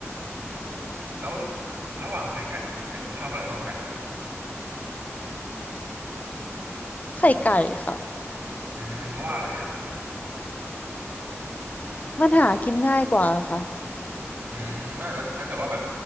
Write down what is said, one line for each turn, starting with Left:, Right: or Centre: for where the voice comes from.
Right: แล้วระหว่างไข่ไก่กับไข่เป็ดที่ชอบอะไรมากกว่ากันครับ
Left: ไข่ไก่ค่ะ
Right: อืมเพราะว่าอะไรฮะ
Left: มันหากินง่ายกว่าค่ะ
Right: อืมนั่นแล้วถ้าเกิดว่าแบบ